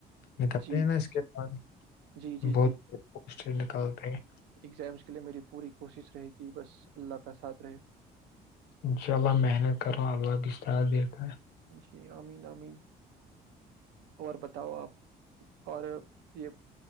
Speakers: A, on the left; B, on the right.
A: نتتے
B: جی
A: ہیں
B: جی
A: ن اس کے بعد
B: جی جی
A: بہت
B: جی
A: پسٹ نکالتے ہیں
B: ایگزامس کے لیے میری پوری کوشش رہے کہ بس اللہ کا ساتھ رہے
A: انشاء اللہ محنت کرو اللہ گشت آ بار
B: جی امین امین اور بتاؤ آپ اور یہ